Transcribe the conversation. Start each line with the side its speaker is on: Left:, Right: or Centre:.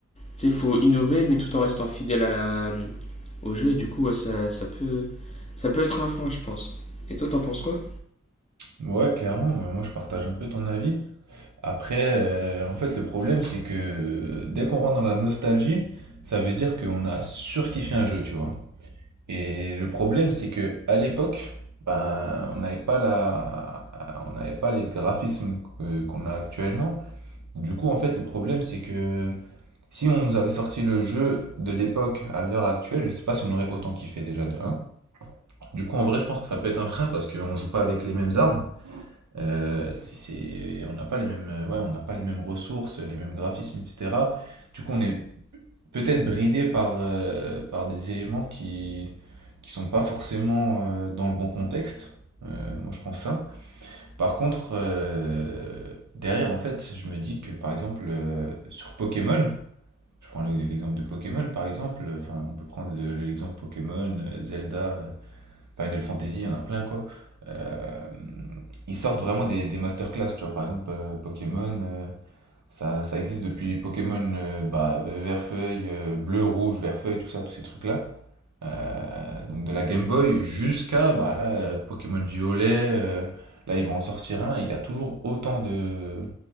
Left: sais, il faut innover, mais tout en restant fidèle à la, au jeu. Et du coup, ouais, ça, ça peut, ça peut être un frein, je pense. Et toi, t'en penses quoi?
Right: Ouais, clairement, mais moi je partage un peu ton avis. Après, euh, en fait, le problème, c'est que euh, dès qu'on rentre dans la nostalgie, ça veut dire qu'on a surkiffé un jeu, tu vois. Et le problème, c'est que à l'époque, ben, on n'avait pas la... on n'avait pas les graphismes que- qu'on a actuellement. Du coup, en fait, le problème, c'est que Si on nous avait sorti le jeu de l'époque à l'heure actuelle, je sais pas si on aurait autant kiffé déjà de un. Du coup, en vrai, je pense que ça peut être un frein parce qu'on joue pas avec les mêmes armes. Euh, c'est- c'est- on n'a pas les mêmes, euh, ouais, on n'a pas les mêmes ressources, les mêmes graphismes, etc. Du coup, on est peut-être bridé par, euh, par des éléments qui qui sont pas forcément euh, dans le bon contexte. Euh, moi, je pense ça. Par contre, euh, derrière, en fait, je me dis que par exemple euh, sur Pokémon, je prends le- l'exemple de Pokémon par exemple, enfin on peut prendre le- l'exemple Pokémon, euh, Zelda, euh, Final Fantasy, il y en a plein quoi. Euh, ils sortent vraiment des, des masterclass, tu vois, par exemple euh, Pokémon, euh, ça, ça existe depuis Pokémon euh, bah, vert-feuille, euh, bleu, rouge, vert-feuille, tout ça, tous ces trucs-là. Euh, donc de la Game Boy jusqu'à bah, là, euh, Pokémon Violet, euh, là ils vont en sortir un, et il y a toujours autant de